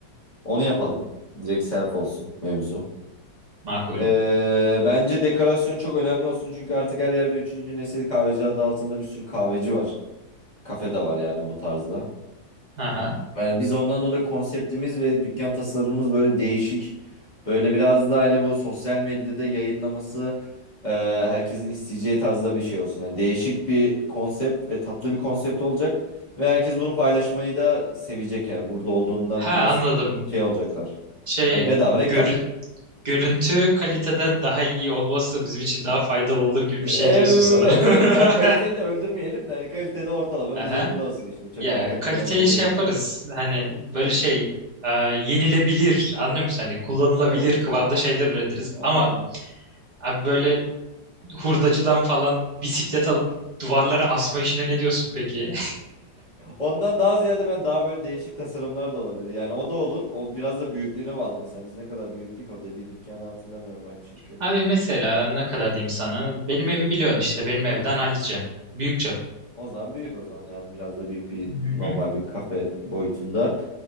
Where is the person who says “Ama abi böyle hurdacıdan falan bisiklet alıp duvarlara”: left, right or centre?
Right